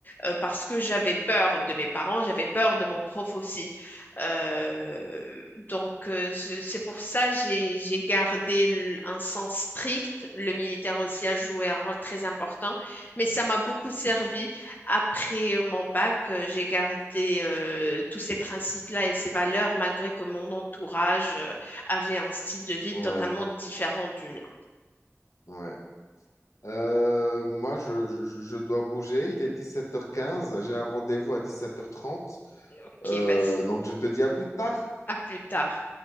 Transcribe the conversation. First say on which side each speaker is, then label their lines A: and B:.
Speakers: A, on the left (about 35°); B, on the left (about 80°).
A: euh, parce que j'avais peur de mes parents, j'avais peur de mon prof aussi. Euh, donc, euh, c'est c'est pour ça j'ai j'ai gardé l- un sens strict. Le militaire aussi a joué un rôle très important, mais ça m'a beaucoup servi. Après euh, mon bac, euh, j'ai gardé euh, tous ces principes-là et ces valeurs, malgré que mon entourage euh, avait un style de vie
B: Ouais,
A: totalement différent du mien.
B: ouais. Euh, moi, je, je, je- je dois bouger. Il est dix-sept heures quinze. J'ai un rendez-vous à 17h30.
A: Ok,
B: Euh,
A: vas-y,
B: donc, je te dis à plus tard.
A: à plus tard.